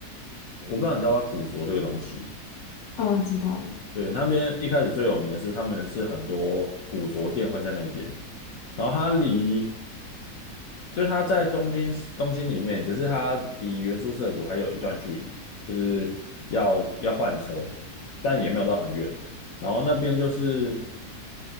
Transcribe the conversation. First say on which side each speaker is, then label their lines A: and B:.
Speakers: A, on the left; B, on the left.
A: 我不知道你知道吧，古着这个东西，
B: 嗯、知道的，
A: 对，那边一开始最有名的是他们是很多古着店会在那边。然后它离就是它在东京东京里面，只是它离原宿涩谷还有一段距离，就是要要换车，但也没有到很远。然后那边就是